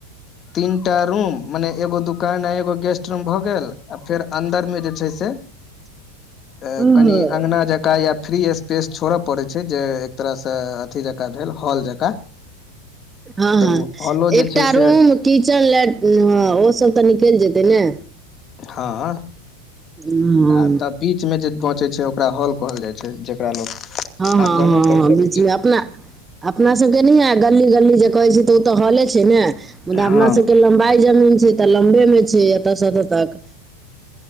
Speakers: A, on the left; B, on the right.
A: तीनटा रूम मने एगो दुकान आ एगो गेस्ट रूम भऽ गेल आ फेर अन्दर मे जे छैय से
B: <inaudible>
A: तऽ
B: हँ
A: कनि अँगना जकाँ या फ्री। ्पेस छोड़य पड़े छैयजे एक तरह से अथी जकाँ भेल हॉल जकाँ।
B: हँ
A: तऽ
B: हँ
A: ओ हॉलो
B: एकटा
A: जे छै से
B: रूम किचन लेटिरिंग ओसभ तऽ निकलि जेतै ने
A: हँ।
B: हँ
A: आ तब बीच मे जे बचै छै ओकरा हॉल कहल जाइयत छै जकरा लोग-
B: हँ हँ
A: आंगनो
B: हँ
A: कहि
B: हँ
A: सकै
B: बीज
A: छियै
B: अपना। अपना सभके नहि गली गली जे कहै छैय तऽ ओ तऽ हौल छै न मुदा
A: हँ
B: अपना सबके लम्बाई जमीन छैय तऽ लम्बे में छैय एतऽ से एतऽ तक।